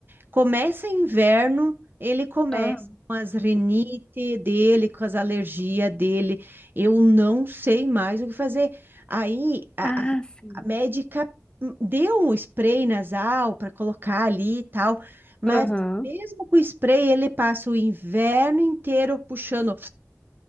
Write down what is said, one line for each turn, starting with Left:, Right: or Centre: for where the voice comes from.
Right: Começa inverno, ele começa
Left: ah,
Right: com as rinite dele, com as alergias dele. Eu não sei mais o que fazer. Aí, a-
Left: ah, sim.
Right: A médica deu um spray nasal para colocar ali e tal, mas
Left: Aham.
Right: mesmo com o spray, ele passa o inverno inteiro puxando,